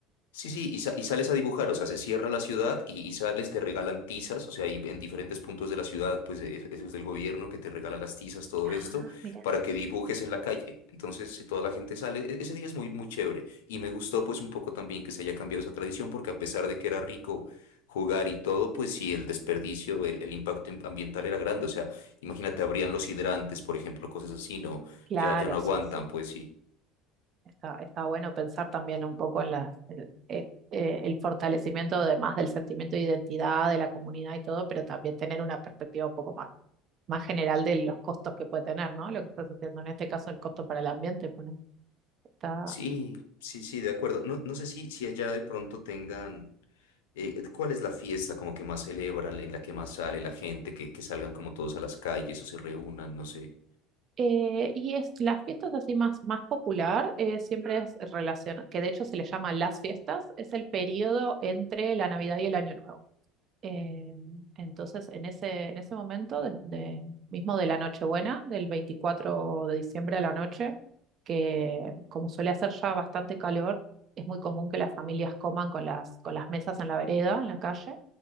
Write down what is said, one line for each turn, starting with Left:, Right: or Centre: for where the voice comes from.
Left: Sí, sí, y, sa- y sales a dibujar, o sea, se cierra la ciudad y, y sales, te regalan tizas, o sea, y en diferentes puntos de la ciudad, pues e- e, eso es del gobierno que te regala las tizas, todo
Right: Ah,
Left: esto,
Right: mira.
Left: para que dibujes en la calle. Entonces, eh, toda la gente sale, E- ese día es muy, muy chévere. Y me gustó pues un poco también que se haya cambiado esa tradición, porque a pesar de que era rico jugar y todo, pues sí, el desperdicio, el, el impacto am- ambiental era grande, o sea, imagínate, habrían los hidrantes, por ejemplo, cosas así, no,
Right: Claro,
Left: ya, ya no
Right: sí,
Left: aguantan,
Right: sí.
Left: pues sí.
Right: Está, está bueno pensar también un poco en las, el, eh, eh, el fortalecimiento además del sentimiento de identidad de la comunidad y todo, pero también tener una perspectiva un poco más, más general de los costos que puede tener, ¿no? Lo que estás haciendo en este caso, el costo para el ambiente, pone- está.
Left: Sí, sí, sí, de acuerdo. No, no sé si, si allá de pronto tengan, eh, ¿cuál es la fiesta como que más celebran, en la que más sale la gente, que, que salgan como todos a las calles o se reúnan, no sé?
Right: Eh, y es las fiestas así más, más popular, eh, siempre es relación, que de hecho se le llama las fiestas, es el periodo entre la Navidad y el Año Nuevo. Eh, entonces, en ese, en ese momento, de, de- mismo de la Nochebuena, del 24 de diciembre a la noche, que como suele hacer ya bastante calor, es muy común que las familias coman con las, con las mesas en la vereda, en la calle